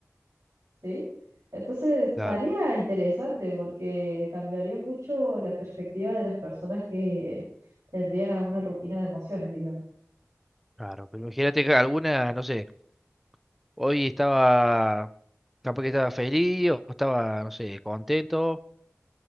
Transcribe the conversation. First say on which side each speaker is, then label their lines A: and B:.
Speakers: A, on the right (about 80°); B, in the centre.
A: ¿sí? Entonces estaría
B: claro,
A: interesante porque cambiaría mucho la perspectiva de las personas que tendrían a una rutina de emociones, diríamos.
B: claro. Pero imagínate que alguna, no sé, hoy estaba, capaz que estaba feliz o estaba, no sé, contento